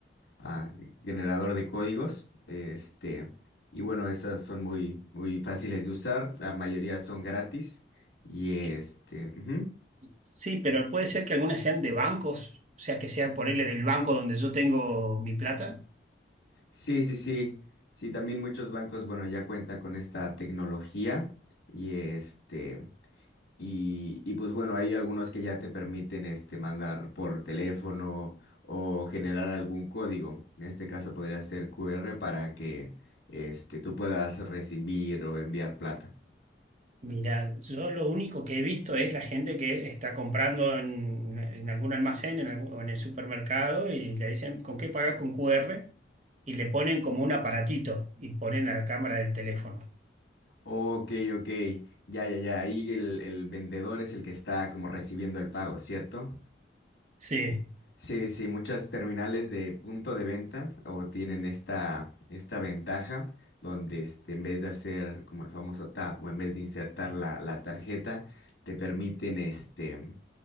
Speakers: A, on the left; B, on the right.
A: ah, generador de códigos. Este, y bueno, esas son muy, muy fáciles de usar. La mayoría son gratis. Y este,
B: Eh,
A: ujú.
B: Sí, pero puede ser que algunas sean de bancos, o sea, que sean ponerle del banco donde yo tengo mi plata.
A: Sí, sí, sí. Sí, también muchos bancos, bueno, ya cuentan con esta tecnología. Y este. Y, y pues bueno, hay algunos que ya te permiten este, mandar por teléfono o generar algún código. En este caso podría ser QR para que este, tú puedas recibir o enviar plata.
B: Mira, yo lo único que he visto es la gente que está comprando en, en algún almacén en algún- o en el supermercado y le dicen, ¿con qué pagas con QR? Y le ponen como un aparatito y ponen la cámara del teléfono.
A: Ok, ok. Ya, ya, ya. Ahí el, el vendedor es el que está como recibiendo el pago, ¿cierto?
B: Sí,
A: Sí, sí, muchas terminales de punto de venta o tienen esta, esta ventaja donde este, en vez de hacer como el famoso tap o en vez de insertar la, la tarjeta, te permiten este,